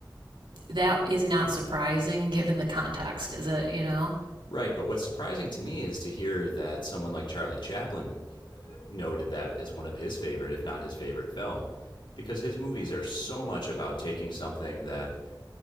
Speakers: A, on the right; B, on the left.
A: that is not surprising given the context, is it, you know?
B: Right, but what's surprising to me is to hear that someone like Charlie Chaplin noted that as one of his favorite, if not his favorite film, because his movies are so much about taking something that